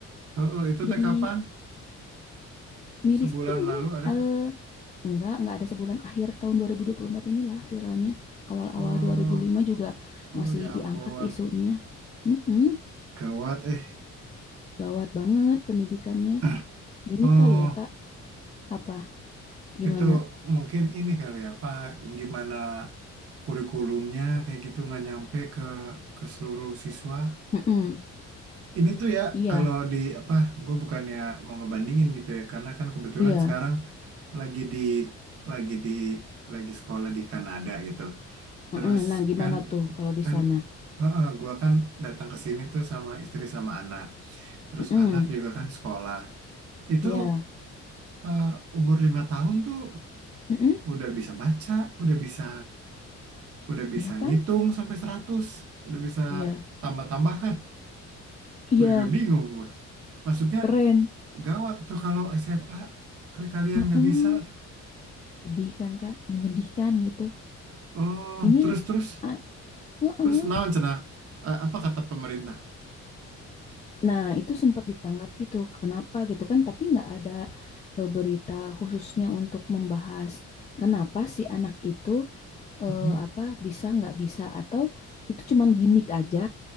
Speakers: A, on the right; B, on the left.
A: Heeh, itu
B: Jadi
A: teh kapan?
B: miris
A: Sebulan
B: ini
A: lalu ada.
B: eh Enggak, enggak ada sebulan akhir tahun 2024 inilah viralnya. Awal-awal
A: Oh,
B: 2005 juga
A: oh
B: masih
A: ya
B: diangkat
A: ampun.
B: isunya. Mm-mm,
A: Gawat eh.
B: gawat banget pendidikannya.
A: Ah,
B: Ini
A: Oh,
B: kali ya, Kak, apa gimana?
A: itu mungkin ini kali ya, Pak. Gimana? kurikulumnya kayak gitu nggak nyampe ke ke seluruh siswa.
B: Mm-mm,
A: Ini tuh ya
B: iya,
A: kalau di apa gue bukannya mau ngebandingin gitu ya karena kan kebetulan
B: iya.
A: sekarang lagi di lagi di lagi sekolah di Kanada gitu. Terus
B: Mm-mm, Nah, gimana
A: kan
B: tuh kalau di
A: kan
B: sana?
A: heeh, gue kan datang ke sini tuh sama istri sama anak. Terus
B: Mm-mm,
A: anak juga kan sekolah. Itu
B: iya.
A: eh, umur lima tahun tuh
B: Mm-mm,
A: udah bisa baca, udah bisa Udah
B: iya
A: bisa
B: kan?
A: ngitung sampai 100, udah bisa
B: Iya.
A: tambah-tambahan.
B: Iya,
A: Gue juga bingung gue. Maksudnya
B: keren.
A: gawat tuh kalau SMA kali kalian
B: Mm-mm.
A: nggak bisa tuh.
B: Sedih kan, Kak? Menyedihkan gitu.
A: Oh,
B: Ini
A: terus terus
B: ah, mm-mm.
A: terus naon cenah? Eh, apa kata pemerintah?
B: Nah, itu sempat ditanggapi tuh, kenapa gitu kan? Tapi nggak ada eh, berita khususnya untuk membahas kenapa si anak itu eh,
A: Mhm.
B: apa bisa nggak bisa atau itu cuman gimmick aja,